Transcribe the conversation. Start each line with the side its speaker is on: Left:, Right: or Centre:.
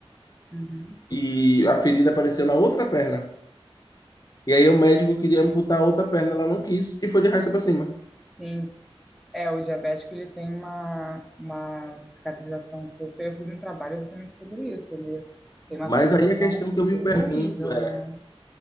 Centre: Uhum.
Left: e a ferida apareceu na outra perna. E aí o médico queria amputar a outra perna, ela não quis e foi de arrasta para cima.
Centre: Sim. É, o diabético ele tem uma, uma cicatrização super. Eu fiz um trabalho exatamente sobre isso. Ele tem uma
Left: Mas
Centre: cicatrização
Left: aí a questão
Centre: horrível.
Left: que eu me pergunto
Centre: Horrível,
Left: é,
Centre: né?